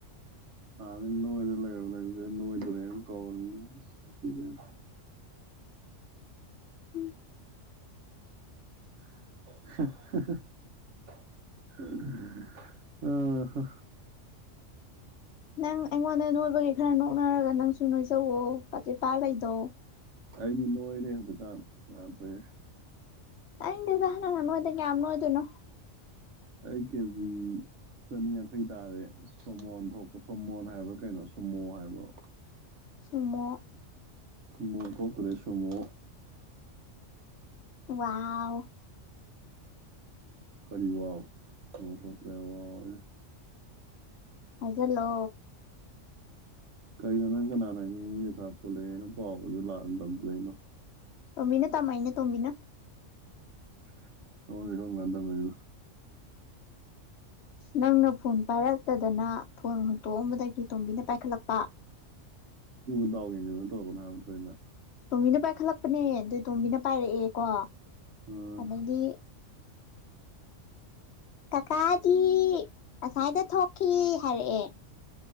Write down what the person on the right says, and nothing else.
ꯍꯟꯅꯗꯩꯩ ꯅꯣꯏꯗꯨꯅ ꯂꯩꯔꯕ ꯅꯡꯁꯦ ꯅꯣꯏꯗꯣꯔꯦꯅ ꯀꯧꯔꯤꯝꯅꯤꯅꯦ ꯑꯁ ꯅꯨꯡꯁꯤꯒꯔ꯭ꯦꯗꯥ
<unintelligible> <unintelligible> ꯑꯥ ꯍꯥ
ꯑꯩꯗꯤ ꯂꯣꯏꯔꯦ ꯍꯧꯖꯤꯛ ꯀꯥꯟ ꯌꯥꯗ꯭ꯔꯦ ꯍꯦ
ꯑꯩ ꯀꯦꯖꯤ ꯆꯅꯤ ꯌꯥꯡꯈꯩ ꯇꯥꯔꯦ ꯁꯣꯃꯣꯟ ꯊꯣꯛꯄ ꯁꯣꯃꯣꯟ ꯍꯥꯏꯕ꯭ꯔꯥ ꯀꯩꯅꯣ ꯁꯨꯝꯃꯣ ꯍꯥꯏꯕ꯭ꯔꯣ
ꯁꯨꯃꯣ ꯊꯣꯛꯇꯣꯔꯦ ꯁꯨꯝꯃꯣ
ꯀꯔꯤ ꯋꯥꯎ ꯁꯨꯃꯣ ꯊꯣꯛꯇꯣꯔꯦ ꯍꯥꯢꯔ ꯋꯥꯎ ꯑꯅꯦ
ꯀꯩꯅꯣ ꯅꯪ ꯀꯅꯥꯅꯥ ꯑꯩ ꯃꯤ ꯑꯆꯥꯄꯣꯠ ꯂꯩ ꯑꯦꯅꯥ ꯄꯥꯎꯒꯁꯦ ꯂꯟꯅꯥ ꯇꯝꯖꯅꯂꯛꯏꯅꯣ
<unintelligible>
<inaudible> ꯗꯥꯎ ꯌꯦꯡꯕꯤꯗꯣ ꯇꯧꯔꯥꯛꯀꯅꯣ ꯍꯥꯌꯕ ꯅꯥꯠꯇꯔꯣ ꯑꯩꯅꯥ
ꯑꯥ